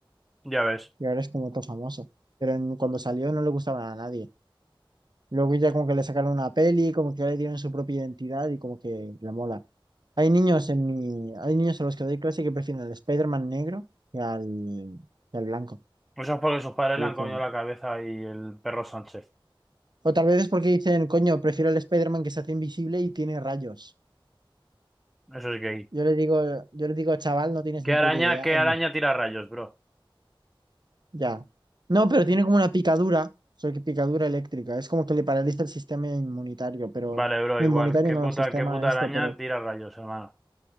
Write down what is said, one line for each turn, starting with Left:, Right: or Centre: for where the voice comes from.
Centre: Ya ves.
Right: y ahora es como todo famoso. Pero en- cuando salió no le gustaba a nadie. Luego ya como que le sacaron una peli, como que ya le dieron su propia identidad y como que la mola. Hay niños en mi, hay niños a los que doy clase que prefieren al Spider-Man negro que al, que al blanco.
Centre: Eso es porque sus padres
Right: Y
Centre: le
Right: yo
Centre: han
Right: como-
Centre: comido la cabeza y el perro Sánchez.
Right: O tal vez es porque dicen, coño, prefiero al Spider-Man que se hace invisible y tiene rayos.
Centre: Eso es gay.
Right: Yo le digo, yo le digo, chaval, no tienes
Centre: ¿Qué
Right: ni
Centre: araña,
Right: puta idea.
Centre: qué
Right: Él
Centre: araña
Right: no,
Centre: tira rayos, bro?
Right: ya. No, pero tiene como una picadura, solo que picadura eléctrica. Es como que le paraliza el sistema inmunitario, pero
Centre: Vale, bro,
Right: no
Centre: igual.
Right: inmunitario,
Centre: ¿Qué
Right: no
Centre: puta,
Right: el sistema
Centre: qué puta
Right: esto,
Centre: araña
Right: pero,
Centre: tira rayos, hermano?